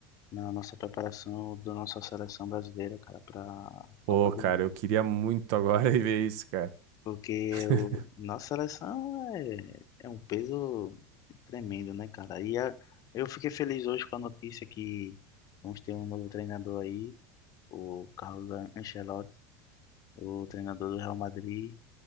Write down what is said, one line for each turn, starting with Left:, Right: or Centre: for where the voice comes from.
Left: na nossa preparação da nossa seleção brasileira, cara, para
Right: Pô,
Left: Copa
Right: cara,
Left: do Mundo.
Right: eu queria muito agora <laughs> ver isso, cara.
Left: Porque
Right: <laughs>
Left: o, nossa seleção é, é um peso tremendo, né, cara? E a, eu fiquei feliz hoje com a notícia que vamos ter um novo treinador aí. O Carlos Ancelotti, o treinador do Real Madrid,